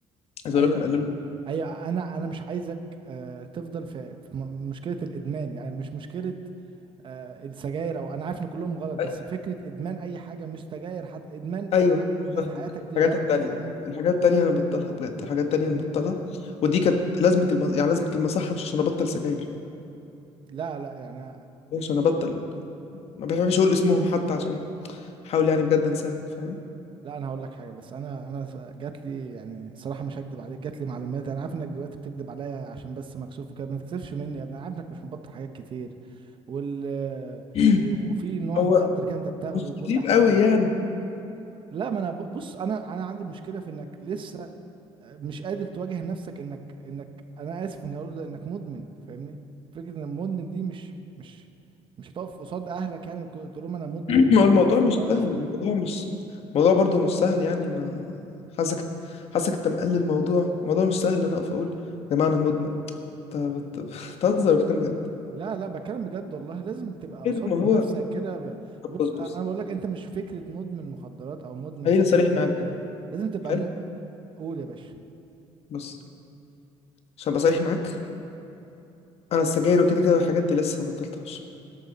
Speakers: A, on the left; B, on the right.
A: عايز اقول
B: ايوه
A: لك مقللهم
B: ايوه انا انا مش عايزك آه، تفضل في في م- مشكلة الادمان يعني مش مشكلة آه، السجاير او انا عارف ان كلهم غلط بس
A: ايوه
B: فكرة ادمان اي حاجة مش سجاير حتى ادمان اي
A: ايوه انا
B: عادة
A: فاهمك
B: في حياتك دي
A: الحاجات
B: غلط
A: التانية
B: فاهمني
A: الحاجات التانية انا ببطلها بجد الحاجات التانية
B: فاهمني
A: أنا ببطلها ودي كانت لازمة المز... يعني لازمة المصحة مش عشان ابطل سجاير
B: لا لا يعني
A: مش عشان ابطل ما بحبش اقول اسمهم حتى عشان احاول يعني بجد انساهم فاهم
B: لا انا هقول لك حاجه بس انا انا س- جات لي يعني صراحه مش هكدب عليك جات لي معلومات انا عارف انك دلوقتي بتكدب عليا عشان بس مكسوف وكده ما تكسفش مني يا ابني انا عارف انك مش مبطل حاجات كتير وال
A: <clears throat>
B: و- وفي نوع
A: هو
B: مخدر كان انت بتاخده
A: مش
B: وكل
A: كتير
B: حاجه
A: قوي يعني
B: لا ما انا ب- بص انا انا عندي مشكله في انك لسه مش قادر تواجه نفسك انك انك انا اسف من اللي هقوله ده انك مدمن فاهمني فكره ان المدمن دي مش مش مش هتقف قصاد اهلك يعني وتقول لهم انا مدمن
A: <clears throat> ما هو الموضوع
B: سيجاره
A: مش سهل
B: وكده
A: الموضوع مش الموضوع برضه مش سهل يعني ما حاسك حاسك انت مقلل الموضوع الموضوع مش سهل انا اقف اقول يا جماعه انا مدمن انت بت- بتهزر وبتتكلم بجد
B: لا لا بتكلم بجد والله لازم تبقى
A: طيب
B: قصاد
A: ما هو
B: نفسك كده ب-
A: طب
B: بص
A: بص بص
B: انا بقول لك انت مش فكره مدمن مخدرات او مدمن
A: خليني
B: سجاير
A: صريح معاك
B: أو
A: طب
B: مدمن- لازم تبقى
A: حلو
B: م... قول يا باشا
A: بص عشان ابقى صريح معاك انا السجاير وكده كده والحاجات دي لسه ما بطلتهاش